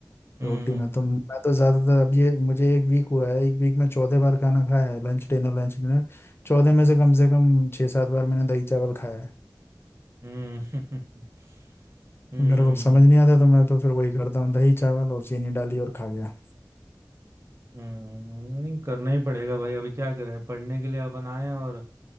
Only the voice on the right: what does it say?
हम्म
हम्म <laughs> हम्म
हम्म, नहीं करना ही पड़ेगा भाई अभी क्या करें पढ़ने के लिए अपन आए हैं और